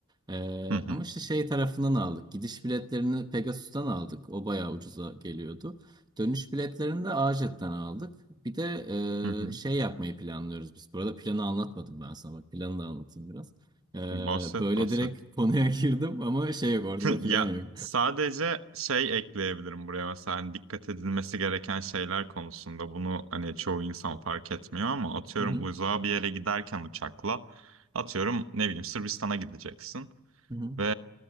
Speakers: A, on the right; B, on the right.
A: Eee,
B: hı hı,
A: ama işte şey tarafından aldık. Gidiş biletlerini Pegasus'tan aldık. O bayağı ucuza geliyordu. Dönüş biletlerini de AJet'ten aldık. Bir de
B: hı hı.
A: e, şey yapmayı planlıyoruz biz. Bu arada planı anlatmadım ben sana. Bak planı da anlatayım biraz. E,
B: Bahset
A: böyle
B: bahset.
A: direkt konuya <laughs> girdim ama şey yok ortada plan
B: Ya
A: yok.
B: sadece şey ekleyebilirim buraya mesela hani dikkat edilmesi gereken şeyler konusunda bunu hani çoğu insan fark etmiyor ama atıyorum
A: Hı hı,
B: uzağa bir yere giderken uçakla atıyorum ne bileyim Sırbistan'a gideceksin
A: hı hı,
B: ve